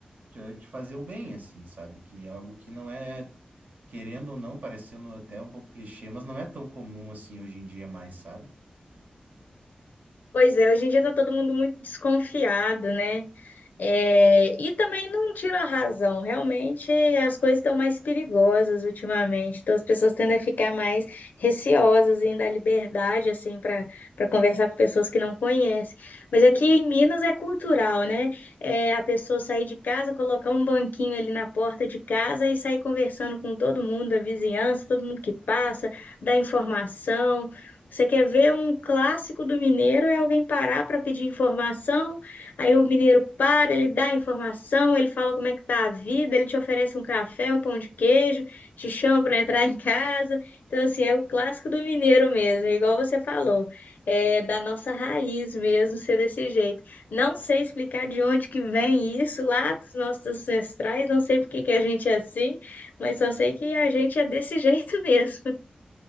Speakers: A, on the right; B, on the left.
A: te, te fazer o bem, assim, sabe? Que é algo que não é, querendo ou não, parecendo até um pouco clichê, mas não é tão comum assim hoje em dia mais, sabe?
B: Pois é, hoje em dia tá todo mundo muito desconfiado, né? É, e também não tira a razão, realmente as coisas estão mais perigosas ultimamente, então as pessoas tendem a ficar mais receosas em dar liberdade assim para para conversar com pessoas que não conhecem. Mas aqui em Minas é cultural, né? É a pessoa sair de casa, colocar um banquinho ali na porta de casa e sair conversando com todo mundo da vizinhança, todo mundo que passa, dar informação. Você quer ver um clássico do mineiro é alguém parar para pedir informação Aí o mineiro para, ele dá a informação, ele fala como é que tá a vida, ele te oferece um café, um pão de queijo, te chama para entrar em casa. Então, assim, é o clássico do mineiro mesmo, é igual você falou, é da nossa raiz mesmo ser desse jeito. Não sei explicar de onde que vem isso lá dos nossos ancestrais, não sei por que que a gente é assim, mas só sei que a gente é desse jeito mesmo,